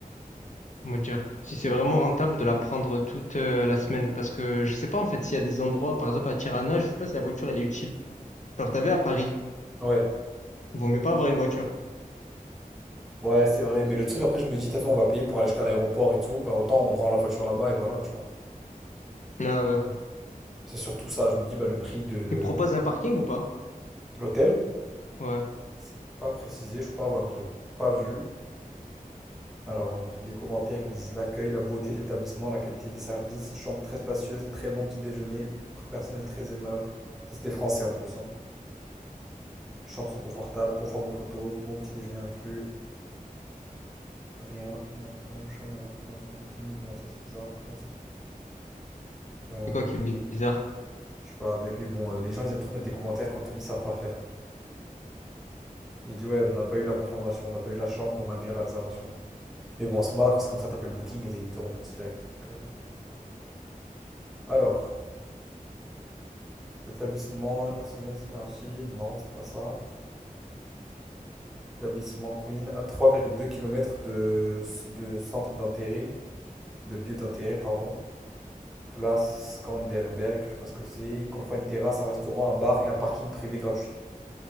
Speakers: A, on the left; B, in the centre.
A: comment dire, si c'est vraiment rentable de la prendre toute euh, la semaine. Parce que je sais pas en fait s'il y a des endroits, par exemple à Tirana, je sais pas si la voiture elle est utile. Genre t'avais à Paris,
B: Ouais.
A: vaut mieux pas avoir une voiture.
B: Ouais, c'est vrai. Mais le truc, après, je me dis, t'as vu, on va payer pour aller jusqu'à l'aéroport et tout. Bah, autant on rend la voiture là-bas et voilà, tu vois.
A: Ah ouais.
B: C'est surtout ça. Je me dis, bah, le prix de
A: Il propose un parking ou pas?
B: de l'hôtel,
A: Ouais.
B: c'est pas précisé, je crois. Ou alors, je l'ai pas vu. Alors, il y a marqué- les commentaires, ils disent l'accueil, la beauté de l'établissement, la qualité des services, chambre très spacieuse, très bon petit déjeuner, pr- personnel très aimable. Ça, c'est des Français en plus, hein. Chambres sont confortables, conformes aux photos, bon petit déjeuner inclus, rien. On avait pas une chambre à la Fondation Booking. Bon, ça c'est bizarre par contre. Euh,
A: C'est quoi qui est bizarre?
B: je sais pas, mec, mais bon, euh, les gens ils aiment trop mettre des commentaires quand ils savent pas faire. Il dit ouais, on n'a pas eu la confirmation, on n'a pas eu la chambre malgré la réservation. Mais bon, à ce moment-là, quand c'est comme ça, t'appelles Booking et ils te remboursent direct. Donc, euh, alors. L'établissement, le personnel s'élargit. Non, c'est pas ça. Établissement Queen à 3,2 km de, de centre d'intérêt, de lieu d'intérêt, pardon. Place Skanderberg, je sais pas ce que c'est. Il comprend une terrasse, un restaurant, un bar et un parking privé gratuit.